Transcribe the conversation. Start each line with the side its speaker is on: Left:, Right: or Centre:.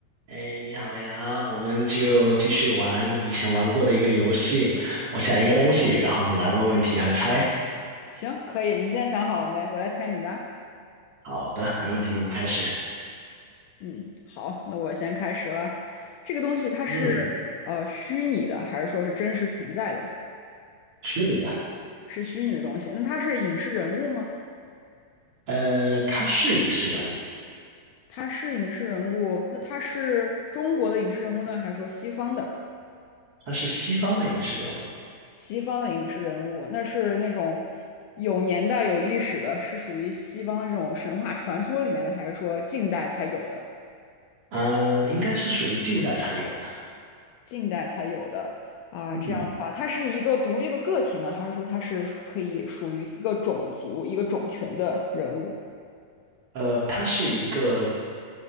Right: 哎，你好呀，我们就继续玩以前玩过的一个游戏。我想一个东西，然后你来问问题和猜。
Left: 行，可以。你现在想好了没？我来猜你的。
Right: 好的，没问题，我们开始。
Left: 嗯，好，那我先开始了。这个东西它是
Right: 嗯，
Left: 呃虚拟的，还是说是真实存在的？
Right: 是的，
Left: 是虚拟的东西。那它是影视人物吗？
Right: 呃，他是影视人物，
Left: 它是影视人物。那它是中国的影视人物呢，还是说西方的？
Right: 他是西方的影视人物，
Left: 西方的影视人物，那是那种有年代、有历史的，是属于西方这种神话传说里面的，还是说近代才有的？
Right: 嗯，应该是属于近代才有的。
Left: 近代才有的啊，
Right: 嗯，
Left: 这样的话，它是一个独立的个体呢，还是说它是属可以属于一个种族、一个种群的人物？
Right: 呃，他是一个，